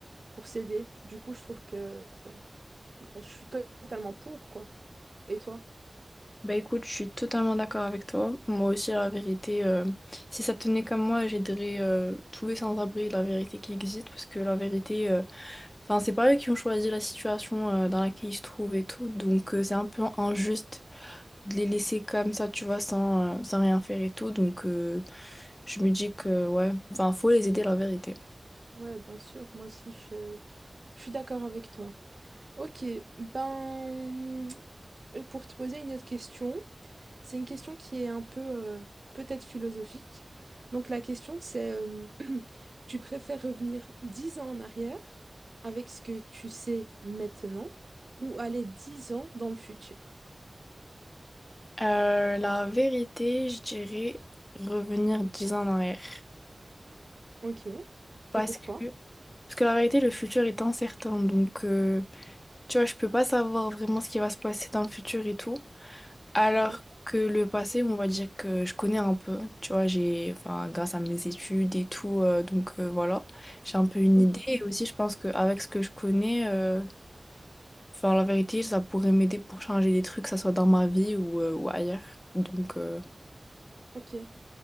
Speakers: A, on the right; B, on the left.
A: pour s'aider. Du coup, je trouve que bah, je suis to- totalement pour, quoi. Et toi?
B: Bah écoute, je suis totalement d'accord avec toi. Moi aussi, la vérité, euh, si ça tenait comme moi, j'aiderais euh, tous les sans-abri, la vérité qui existe, parce que la vérité, euh, enfin, c'est pas eux qui ont choisi la situation euh, dans laquelle ils se trouvent et tout, donc euh, c'est un peu injuste de les laisser comme ça, tu vois, sans, euh, sans rien faire et tout, donc euh, je me dis que, ouais, enfin, faut les aider, la vérité.
A: Ouais, bien sûr, moi aussi, je, je suis d'accord avec toi. Ok, ben, euh, pour te poser une autre question, c'est une question qui est un peu, euh, peut-être philosophique. Donc la question, c'est, euh, <clears throat> tu préfères revenir 10 ans en arrière avec ce que tu sais maintenant ou aller 10 ans dans le futur?
B: Euh, la vérité, je dirais revenir dix ans en arrière.
A: Ok.
B: Parce
A: Et pourquoi?
B: que, parce que la vérité, le futur est incertain. Donc, euh, tu vois, je peux pas savoir vraiment ce qui va se passer dans le futur et tout. Alors
A: Ok,
B: que le passé, on va dire que je connais un peu, tu vois, j'ai, enfin, grâce à mes études et tout, euh, donc euh, voilà, j'ai un peu une
A: ok,
B: idée. Et aussi, je pense qu'avec ce que je connais, euh, enfin, la vérité, ça pourrait m'aider pour changer des trucs, que ça soit dans ma vie ou, euh, ou ailleurs. Donc, euh,
A: ok.